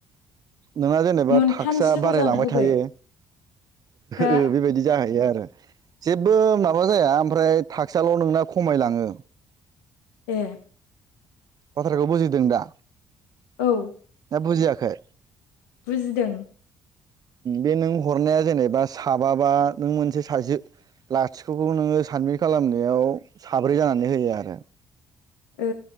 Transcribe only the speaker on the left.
मोनथाम
जिर'
जाना होबाय
हा
ए
औ
बुजिदों
ओ